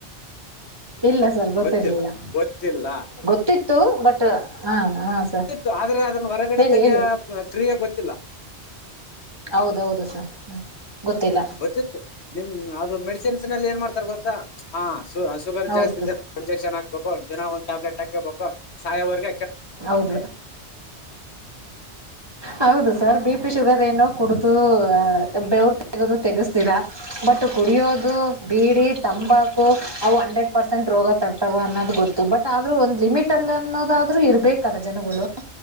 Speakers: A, on the right; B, on the left.
A: ಇಲ್ಲ ಸರ್ ಗೊತ್ತಿರ್ಲಿಲ್ಲ.
B: ಗೊತ್ತಿಲ್ಲ ಗೊತ್ತಿಲ್ಲ
A: ಗೊತ್ತಿತ್ತು ಬಟ್ ಹಾ ಹಾ ಸರ್
B: ತ್ತು ಆದ್ರೆ ಅದನ್ನ ಹೊರಗಡೆ
A: ಹೇಳಿ
B: ತೆಗೆಯ
A: ಹೇಳಿ
B: ಹ ಕ್ರಿಯಾಗ ಗೊತ್ತಿಲ್ಲ.
A: ಹೌದೌದು ಸರ್ ಗೊತ್ತಿಲ್ಲ.
B: ಗೊತ್ತಿತ್ ನಿಮ ಅದು ಮೆಡಿಸಿನ್ಸ್ ನಲ್ಲಿ ಏನ್ ಮಾಡ್ತಾರ ಗೊತ್ತಾ ಹ ಶುಗರ್
A: ಹೌದು
B: ಜಾಸ್ತಿ ಇದೆ ಇಂಜೆಕ್ಷನ್ ಹಾಕ್ಬೇಕು. ಹ ದಿನ ಒಂದ ಟ್ಯಾಬ್ಲೆಟ್ ಹಾಕಬೇಕು ಸಾಯವರ್ಗ
A: ಹೌದು ಹೌದು ಸರ್ ಬಿ ಪಿ ಶುಗರ್ ಏನೋ ಕುಡುದು ಬೆೇವರು ತಗದು ತೆಗಸ್ತೀರಾ. ಬಟ್
B: ಹ್ಮ್
A: ಕುಡಿಯೋದು ಬೀಡಿ ತಂಬಾಕು ಅವು ಅಂಡ್ರೆಡ್ ಪರ್ಸೆಂಟ್ ರೋಗ ತರ್. ತವಾ ಅನ್ನೋದು ಗೊತ್ತು ಬಟ್ ಆದ್ರೂ ಒಂದ್ ಲಿಮಿಟ್ ಅಲ್ಲಿ ಅನ್ನೋದಾದ್ರೂ ಇರ್ಬೇಕಲ್ಲ ಜನಗಳು.